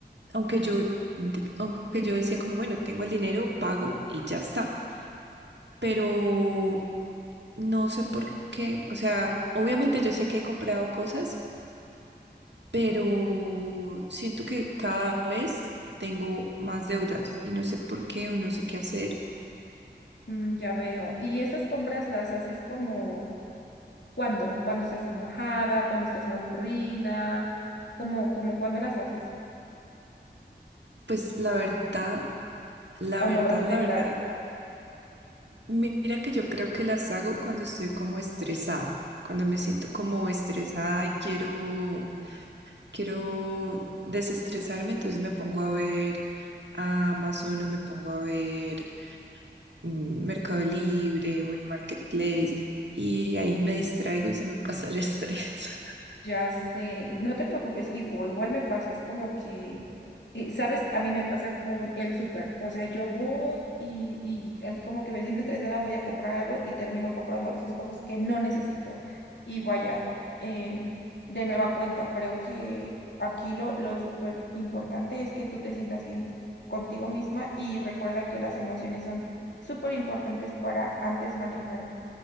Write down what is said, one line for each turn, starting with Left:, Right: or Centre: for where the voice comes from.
Right: aunque yo, aunque yo decía como, bueno, tengo el dinero, pago y ya está, pero no sé por qué, o sea, obviamente yo sé que he comprado cosas, pero siento que cada vez tengo más deudas y no sé por qué o no sé qué hacer.
Left: Mm, ya veo. ¿Y estas compras las haces como cuándo? ¿Cuándo estás enojada? ¿Cuándo estás aburrida? ¿Cómo, como cuándo las haces?
Right: Pues la verdad, la
Left: ¿O
Right: verdad,
Left: no lo has detectado?
Right: la verdad. Mira que yo creo que las hago cuando estoy como estresada, cuando me siento como estresada y quiero, quiero desestresarme, entonces me pongo a ver a Amazon o me pongo a ver mm, Mercado Libre o el Marketplace y ahí me distraigo y se me pasa el estrés. <laughs>
Left: Ya sé, no te preocupes, y, o igual me pasa, es como que, eh, ¿sabes? A mí me pasa con el súper, o sea, yo voy y, y así como que me siento estresada, voy a comprar algo y termino comprando a veces cosas que no necesito. Y vaya, eh, de nueva cuenta, creo que aquí lo, lo súper importante es que tú te sientas bien contigo misma y recuerda que las emociones son súper importantes para antes manejar,